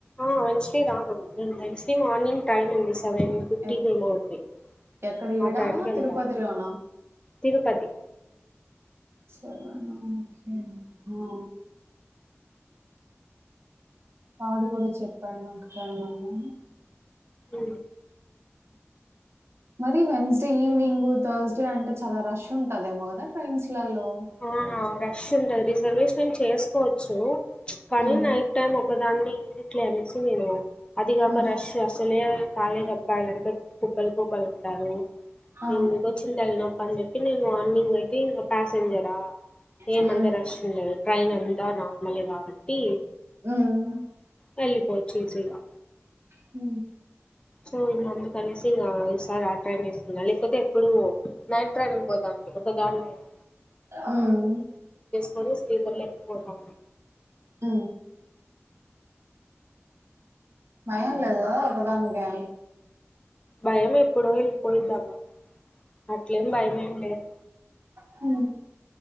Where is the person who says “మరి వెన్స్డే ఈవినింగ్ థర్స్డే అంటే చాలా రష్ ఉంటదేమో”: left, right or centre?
Right